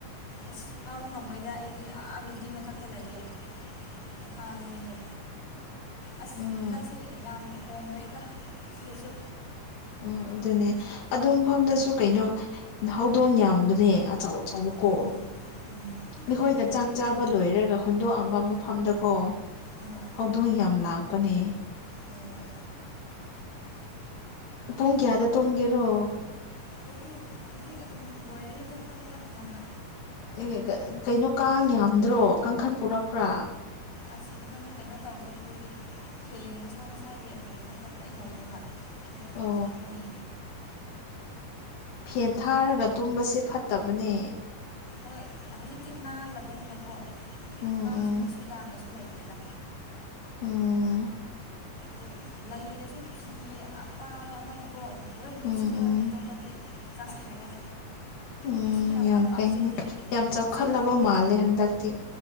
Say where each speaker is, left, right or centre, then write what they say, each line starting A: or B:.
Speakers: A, on the left; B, on the left.
A: ꯑꯁ ꯐꯥꯕ ꯉꯝꯃꯣꯏꯗ ꯑꯩꯗꯤ ꯑꯥ ꯕꯤꯜꯗꯤꯡ ꯃꯊꯛꯇ ꯂꯩꯌꯦ ꯃꯈꯥꯗꯅꯤꯅꯦ ꯑꯁ
B: ꯎꯝ
A: ꯍꯟꯗꯛꯁꯦ ꯌꯥꯝ ꯍꯣꯡꯈ꯭ꯔꯦꯗ ꯁꯤꯗꯁꯨ
B: ꯎꯝ ꯑꯗꯨꯅꯦ ꯑꯗꯨ ꯃꯐꯝꯗꯁꯨ ꯀꯩꯅꯣ ꯍꯧꯗꯣꯡ ꯌꯥꯝꯕꯅꯦ ꯑꯆꯧ ꯆꯧꯕꯀꯣ
A: ꯎꯝ ꯎꯝ
B: ꯑꯩꯈꯣꯏꯅ ꯆꯥꯛ
A: ꯍꯧꯖꯤꯛ
B: ꯆꯥꯕ ꯂꯣꯏꯔꯒ ꯍꯨꯟꯗꯣꯛꯑꯝꯕ ꯃꯐꯝꯗꯀꯣ
A: ꯑꯥ
B: ꯍꯧꯗꯣꯡ ꯌꯥꯝ ꯂꯥꯛꯄꯅꯦ
A: ꯑꯣ
B: ꯄꯨꯡ ꯀ꯭ꯌꯥꯗ ꯇꯨꯝꯒꯦꯔꯣ
A: ꯑꯩꯗꯤ ꯍꯧꯖꯤꯛ ꯑꯗꯨꯝ ꯂꯣꯏꯔꯗꯤ ꯇꯨꯝꯃꯅꯤꯗ ꯉꯟꯅ
B: ꯑꯦ ꯀ-ꯀꯩꯅꯣ ꯀꯥꯡ ꯌꯥꯝꯗ꯭ꯔꯣ ꯀꯥꯡꯈꯟ ꯄꯨꯔꯛꯄ꯭ꯔꯥ
A: ꯑꯁ ꯀꯥꯡꯈꯟ ꯀꯩꯅꯣ ꯇꯧꯗ꯭ꯔꯦ ꯑꯩꯈꯣꯏꯒꯤ ꯐꯦꯟ ꯃꯁꯥ ꯃꯁꯥꯒꯤ ꯑꯗꯨ ꯃꯊꯛꯇ ꯂꯣꯏ ꯂꯩꯌꯦꯕ ꯐꯦꯞ ꯐꯦꯟ
B: ꯑꯣ
A: ꯊꯥꯔꯗꯤ
B: ꯐꯦꯟ ꯊꯥꯔꯒ ꯇꯨꯝꯕꯁꯦ ꯐꯠꯇꯕꯅꯦ
A: ꯍꯣꯏ ꯍꯧꯖꯤꯛꯇꯤ ꯅꯥꯜꯂꯕꯅꯤꯅꯀꯣ
B: ꯎꯝ
A: ꯀꯥꯡꯁꯨ
B: ꯎꯝ
A: ꯀꯩꯁꯨ ꯌꯥꯝꯅꯁꯨ ꯂꯩꯇꯦꯗ
B: ꯎꯝ
A: ꯗꯨ ꯂꯩꯔꯁꯨ ꯐꯤ ꯑꯄꯥꯕ ꯑꯃꯅꯀꯣ ꯂꯣꯏꯟ ꯀꯨꯞꯁꯤꯜꯂ
B: ꯎꯝ ꯎꯝ
A: ꯑꯗꯨꯝ ꯇꯨꯝꯃꯗꯤ ꯆꯪꯗ꯭ꯔꯦꯗ
B: ꯎꯝ
A: ꯀꯩꯁꯨ ꯌꯥꯝ ꯀꯟꯅꯗꯤ
B: ꯐꯩꯅꯤ
A: ꯆꯤꯛꯇꯦ
B: ꯌꯥꯝ ꯆꯥꯎꯈꯠꯂꯕ
A: ꯎꯆꯪ ꯐꯝ
B: ꯃꯥꯜꯂꯦ ꯍꯟꯗꯛꯇꯤ